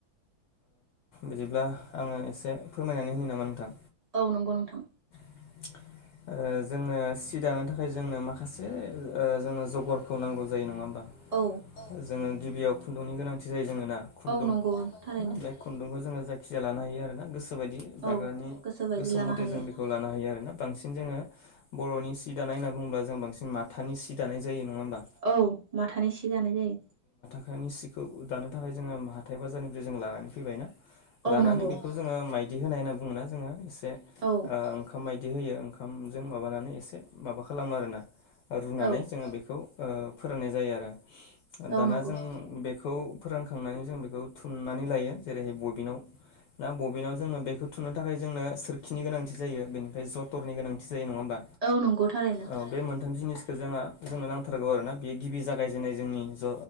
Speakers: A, on the left; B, on the right.
A: बिदिब्ला आङो एसे फोरमायनानै होनो नामा नोंथां
B: औ नंगौ नोंथां
A: <inaudible> ओ जोंनो सि दानो थाखाय जोंनो माखासे ओ जोंनो जगरखौ नांगौ जायो नङा होमबा?
B: औ
A: जोङो गिबियाव खुन्दुंनि गोनांथि जायो जोङो ना खुन्दुं
B: औ नंगौ थारैनो
A: ओमफ्राय खुन्दुंखौ जोङो जायखिजाया लानो हायो आरो ना गोसोबायदि दाग्रानि
B: औ बायदि
A: गोसो
B: लानो
A: मथे
B: हायो
A: जों बेखौ लानो हायो आरोना बांसिन जोङो बर'नि सि दानाय होनना बुङोब्ला जों बांसिन माथानि सि दानाय जायो नङा होमबा
B: औ माथानि सि दानाय जायो।
A: <unintelligible> हखानि सिखौ दानो थाखाय जोङो हाथाय बाजारनिफ्राय जों लानानै फैबाय ना
B: औ
A: लानानै
B: नंगौ
A: बेखौ जोङो मायदि होनाय होनना बुङो जोङो एसे
B: औ
A: ओ ओंखाम माय दि होयो ओंखामजों माबानानै एसे माबा खालामो आरोना रुनानै
B: औ
A: जोङो बेखौ ओ फोरोंनाय जायो आरो
B: औ
A: दाना
B: नंगौ
A: जों बे खौ फोरानखांनानै जों बेखौ थुननानै लायो जेरै बगिनाव ना बबिनाव जोंङो बेखौ थुनो थाखाय जोंनो सोरखिनि गोनांथि जायो बेनिफ्राय जथरनि गोनांथि जायो नंङा?
B: औ नंगौ थारैनो
A: औ बे मोन थाम जिनिसखौ जोंहा जोंनो नांथारगौ आरोना बेयो गिबि जागायजेननाय जोंनि ज'